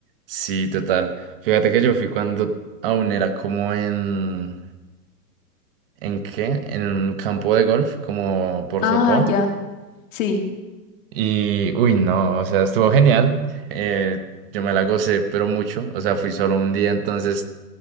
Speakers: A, on the right; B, on the left.
A: Sí, total. Fíjate que yo fui cuando aún era como en ¿En qué? En un campo de golf, como por
B: Ah,
A: Sopó.
B: ya. Sí,
A: Y, uy, no, o sea, estuvo genial. eh, yo me la gocé, pero mucho. O sea, fui solo un día, entonces